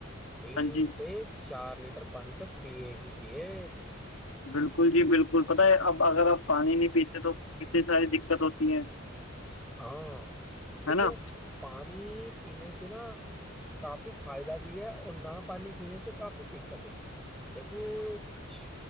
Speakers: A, in the centre; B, on the left (about 85°).
A: تین
B: ہاں جی
A: سے چار لیٹر پانی تو پیے ہی پیے
B: بالکل جی بالکل پت ہے اب اگر آپ پانی نہیں پیتے تو کتنی ساری دقت ہوتی ہیں
A: ہاں دیکھو
B: ہے نا
A: پانی پینے سے نا کافی فائدہ بھی ہے اور نہ پانی پینے سے کافی دقتیں دیکھو ش